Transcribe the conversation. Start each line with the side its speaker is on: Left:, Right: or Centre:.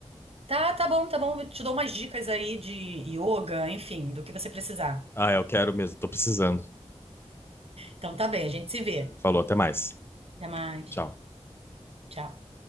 Right: Tá, tá bom, tá bom. Eu te dou umas dicas aí de yoga, enfim, do que você precisar.
Left: Ah, eu quero mesmo, tô precisando.
Right: Então tá bem, a gente se vê.
Left: Falou, até mais.
Right: Até mais.
Left: Tchau.
Right: Tchau.